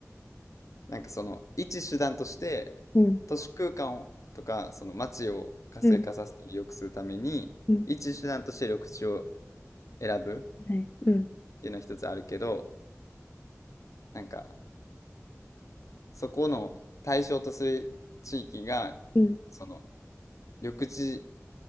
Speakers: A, on the left; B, on the left.
A: なんかその、一手段として、
B: うん、
A: 都市空間をとか、その街を活性化させたり良くするために、
B: うん、うん、
A: 一手段として緑地を選ぶ
B: はい。うん、
A: っていうのは一つあるけど、なんか、そこの対象とする地域が、
B: うん、
A: その、緑地